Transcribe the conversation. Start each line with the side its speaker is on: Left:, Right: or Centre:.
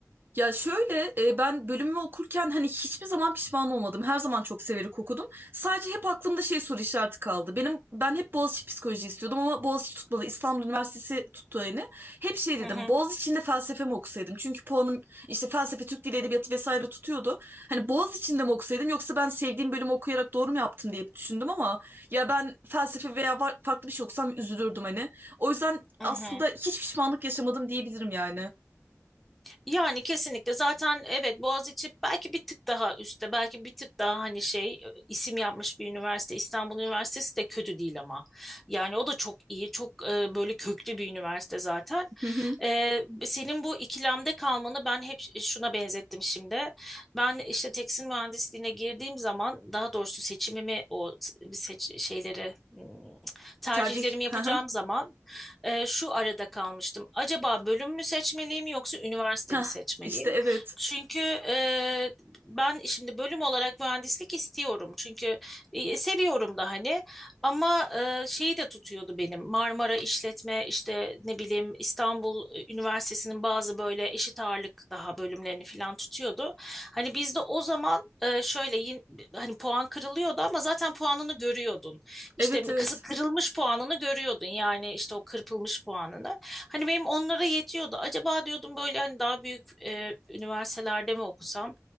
Right: Ya şöyle e, ben bölümümü okurken hani hiçbir zaman pişman olmadım. Her zaman çok severek okudum. Sadece hep aklımda şey soru işareti kaldı. Benim ben hep Boğaziçi psikoloji istiyordum ama Boğaziçi tutmadı. İstanbul Üniversitesi tuttu yani. Hep şey dedim.
Centre: Hı hı.
Right: Boğaziçi'nde felsefe mi okusaydım? Çünkü puanım işte felsefe, Türk Dili Edebiyatı vesaire tutuyordu. Hani Boğaziçi'nde mi okusaydım yoksa ben sevdiğim bölümü okuyarak doğru mu yaptım diye düşündüm ama ya ben felsefe veya var- farklı bir şey okusam üzülürdüm hani. O yüzden
Centre: Hı
Right: aslında
Centre: hı.
Right: hiç pişmanlık yaşamadım diyebilirim yani.
Centre: Yani kesinlikle zaten evet Boğaziçi belki bir tık daha üstte belki bir tık daha hani şey e, isim yapmış bir üniversite İstanbul Üniversitesi de kötü değil ama yani o da çok iyi çok e, böyle köklü bir üniversite zaten.
Right: Hı hı.
Centre: E, senin bu ikilemde kalmanı ben hep şuna benzettim şimdi. Ben işte tekstil mühendisliğine girdiğim zaman daha doğrusu seçimimi o seç şeyleri hmm, tercihlerimi
Right: Tercih.
Centre: yapacağım
Right: <laughs>
Centre: zaman e, şu arada kalmıştım. Acaba bölüm mü seçmeliyim yoksa üniversite
Right: Hah,
Centre: mi seçmeliyim?
Right: işte evet.
Centre: Çünkü e, ben şimdi bölüm olarak mühendislik istiyorum. Çünkü e, seviyorum da hani ama e, şeyi de tutuyordu benim. Marmara İşletme işte ne bileyim İstanbul Üniversitesi'nin bazı böyle eşit ağırlık daha bölümlerini falan tutuyordu. Hani bizde o zaman e, şöyle yin- hani puan kırılıyordu ama zaten puanını görüyordun
Right: Evet
Centre: işte kızı
Right: evet.
Centre: kırılmış puanını görüyordun yani işte o kırpılmış puanını. Hani benim onlara yetiyordu. Acaba diyordum böyle hani daha büyük e, üniversitelerde mi okusam?